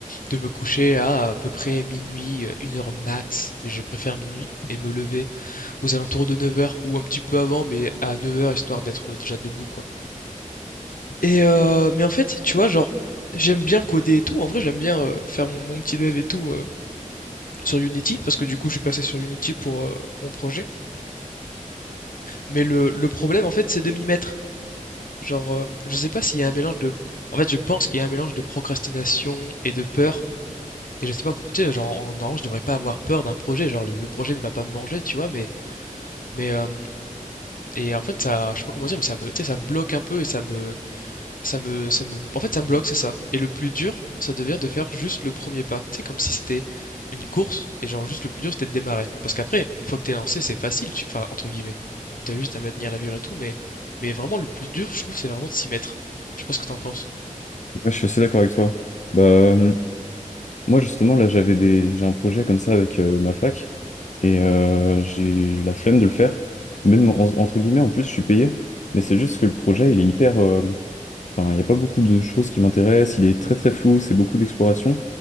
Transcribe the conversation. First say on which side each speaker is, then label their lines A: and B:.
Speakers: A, on the left (about 85°); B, on the left (about 60°).
A: de me coucher à à peu près minuit, heu, 1 heure max, mais je préfère minuit et me lever aux alentours de neuf heures ou un petit peu avant, mais à neuf heures histoire d'être déjà debout, quoi et heu, mais en fait, tu vois, genre, j'aime bien coder et tout. En vrai, j'aime bien, heu, faire mon mon petit dev et tout, heu, sur Unity parce que du coup, je suis passé sur Unity pour, heu, mon projet, mais le le problème, en fait, c'est de m'y mettre. Genre, heu, je sais pas s'il y a un mélange de en fait, je pense qu'il y a un mélange de procrastination et de peur Et je sais pas, pour- tu sais, genre, en- normalement, je devrais pas avoir peur d'un projet, genre, le, le projet ne va pas me manger, tu vois, mais, mais, euh, et en fait, ça, je sais pas comment dire, mais ça me, tu sais, ça bloque un peu et ça me, ça me, ça me, en fait, ça me bloque, c'est ça. Et le plus dur, ça devient de faire juste le premier pas, tu sais, comme si c'était une course, et genre, juste le plus dur, c'était de démarrer. Parce qu'après, une fois que t'es lancé, c'est facile, tu- enfin, entre guillemets, t'as juste à maintenir l'allure et tout, mais, mais vraiment, le plus dur, je trouve, c'est vraiment de s'y mettre. Je sais pas ce que t'en penses.
B: Ouais, je suis assez d'accord avec toi. Bah, euh, moi, justement, là, j'avais des... j'ai un projet comme ça avec euh, ma fac et euh, j'ai j'ai la flemme de le faire. Même en- entre guillemets, en plus, je suis payé, mais c'est juste que le projet, il est hyper. euh, Enfin, il n'y a pas beaucoup de choses qui m'intéressent. Il est très très flou, c'est beaucoup d'exploration.